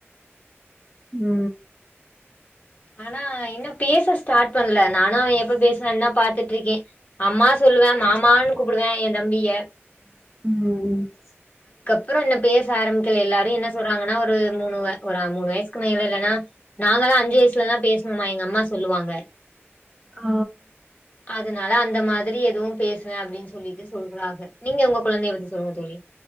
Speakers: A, in the centre; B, on the left (about 35°).
A: உ
B: ஆனா இன்னு பேச ஸ்டார்ட் பண்ணல நானு அவே எப்ப பேசுவானு தா பாத்துட்ருக்கே அம்மா சொல்லுவே மாமான் கூப்புடுவே எ தம்பியே
A: உ
B: அப்பறோ என்ன பேச ஆரம்பிக்கல எல்லாரு என்ன சொல்றாங்கன்னா ஒரு மூணுவ போறா மூணு வயசுக்கு மேல இல்லனா நாங்கலா அஞ்சு வயசுலதா பேசுணோமா எங்க அம்மா சொல்லுவாங்க
A: ஆ
B: அதனால அந்த மாதிரி எதுவு பேசுவே அப்டின்னு சொல்லிட்டு சொல்றாங்க நீங்க உங்க கொழந்தை பத்தி சொல்லுங்க தோழி